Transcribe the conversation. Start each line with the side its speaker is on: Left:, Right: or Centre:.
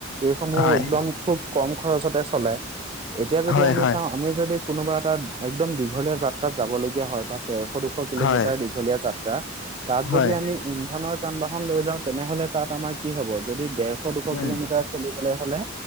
Right: এইসমূহ
Left: হয়
Right: একদম খুব কম খৰচতে চলে এতিয়া যদি
Left: হয়
Right: আমি
Left: হয়
Right: চাওঁ আমি যদি কোনোবা এটা একদম দীঘলীয়া যাত্ৰাত যাব লগগীয়া হয় বা ডেৰশ দুখ কিলোমিটাৰ
Left: হয়
Right: দীঘলীয়া যাত্ৰা তাত
Left: হয়
Right: যদি আমি ইন্ধনৰ যান বাহন লৈ যাওঁ তেনেহ'লে তাত আমাৰ কি হব যদি ডেৰশ দুশ
Left: উম
Right: কিলোমিটাৰ চলিবলৈ হ'লে